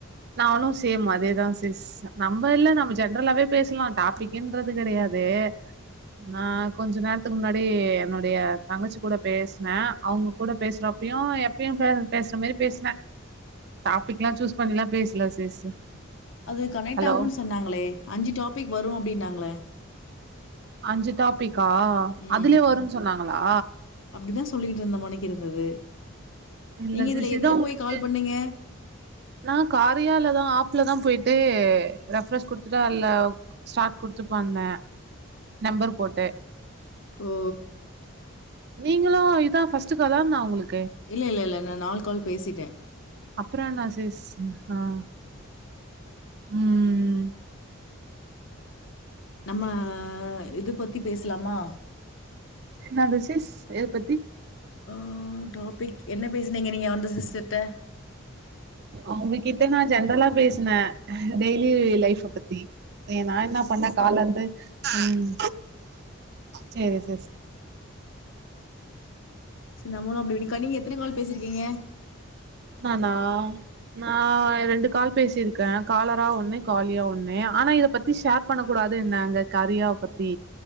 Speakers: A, on the right; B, on the left.
A: நானு சேம் அதேதா சிஸ் நம்ம இல்ல நம்ம ஜென்ரலாவே பேசலா டாபிக்ன்றது கிடையாது வே நா கொஞ்ச நேரத்துக்கு முன்னாடி என்னுடைய தங்கச்சி கூட பேசினே அவுங்க கூட பேசுற அப்பயு எப்பயு பேசுற மாரி பேசினே டாபிக்லா சூஸ் பண்ல பேசல சிஸ்
B: அது கனெக்ட்
A: ஹலோ
B: ஆகுனு சொன்னாங்களே அஞ்சு டாபிக் வரு அப்டினாங்களே
A: அஞ்சு டாபிக்கா
B: ம்
A: அதுலயே வருனு சொன்னாங்களா
B: அப்டிதா சொல்லிக்கிட்டு இருந்தமனைக்கு இருந்தது
A: இல்ல
B: நீங்க
A: சிஸ்
B: இதுல
A: இதா
B: எதுல
A: உங்களுக்கு
B: போய் கால் பண்ணீங்க
A: நா காரியாலதா ஆப்ல தா போயிட் ட்டு ரெஃப்ரஸ் குடுத்துட்டா அல்ல ஸ்டார்ட் குடுத்து பன்னே நம்பர் போட்டு
B: ஓ
A: நீங்களு இதா ஃபஸ்ட் காலா என்ன உங்களுக்
B: இல்ல இல்ல இல்ல நா நாலு கால் பேசிட்டே
A: அப்றம் என்ன சிஸ் ஆஹ் உம்
B: நம்ம இது பத்தி பேசலாமா
A: என்னது சிஸ் எது பத்தி
B: ஆஹ் டாபிக் என்ன பேசினீங்க நீங்க அந்த சிஸ்டர்ட
A: அவுங்ககிட்ட நா ஜென்ரலா பேசினே டெய்லி லைஃப்அ பத்தி ஏ நா என்ன பண்ணே கால்ல இருந்து ம் சேரி சிஸ்
B: சேரி நம்மலு அப்டி <unintelligible> நீங்க எத்தன கால் பேசிருக்கீங்க
A: நானா நா ரெண்டு கால் பேசிருக்கே காலரா ஒண்ணு காலியா ஒண்ணு ஆனா இத பத்தி ஷேர் பண்ண கூடாது நாங்க கறியாவ பத்தி